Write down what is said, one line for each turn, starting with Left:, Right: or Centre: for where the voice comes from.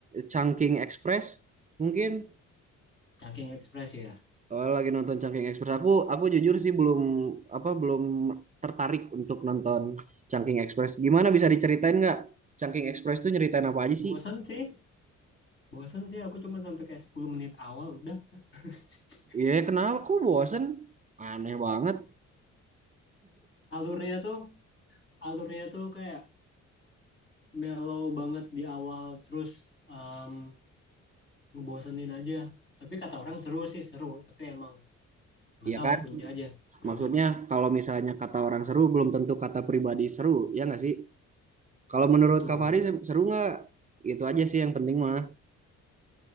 Right: Chungking Express? Mungkin.
Left: Cangking Express ya.
Right: Oh, lagi nonton Chungking Express. Aku aku jujur sih belum apa belum tertarik untuk nonton Chungking Express. Gimana bisa diceritain nggak Chungking Express tuh nyeritain apa aja
Left: Bosan
Right: sih?
Left: sih, bosan sih. Aku cuma sampai kayak 10 menit awal udah. <laughs>
Right: Ya kenapa aku bosen? Aneh banget.
Left: Alurnya tuh, alurnya tuh kayak mellow banget di awal, terus um, ngebosenin aja. Tapi kata orang seru sih, seru. Tapi emang nggak
Right: Iya
Left: tahu
Right: kan?
Left: akunya aja, kurang
Right: Maksudnya
Left: suka.
Right: kalau misalnya kata orang seru belum tentu kata pribadi seru, ya nggak sih? Kalau menurut
Left: Betul.
Right: Kak Fahri seru nggak? Itu aja sih yang penting mah.